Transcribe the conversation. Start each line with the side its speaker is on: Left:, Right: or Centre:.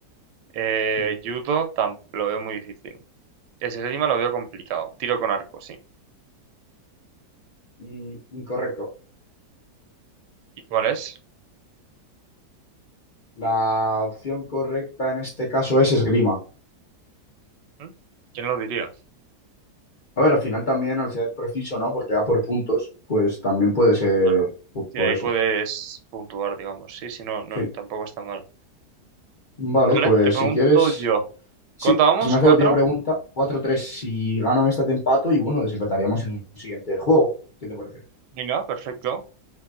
Right: Eh,
Left: Mm.
Right: judo tam- lo veo muy difícil. Esgrima lo veo complicado. Tiro con arco, sí.
Left: Mm, Incorrecto.
Right: ¿Y cuál es?
Left: La opción correcta en este caso es esgrima.
Right: ¿Mm? ¿Quién lo diría?
Left: A ver, al final también al ser preciso, ¿no? Porque va por puntos, pues también puede ser
Right: Bueno,
Left: po-
Right: sí,
Left: por,
Right: ahí
Left: eso.
Right: puedes puntuar, digamos. Sí, sí, no, no,
Left: Sí.
Right: tampoco está mal.
Left: Vale,
Right: Vale,
Left: pues
Right: te pregunto
Left: si quieres,
Right: yo.
Left: Sí,
Right: ¿Contábamos
Left: si me haces
Right: cuatro?
Left: la última pregunta, cuatro tres, si gano esta te empato y bueno, desempataríamos en un siguiente juego. ¿Qué te parece?
Right: Venga, perfecto.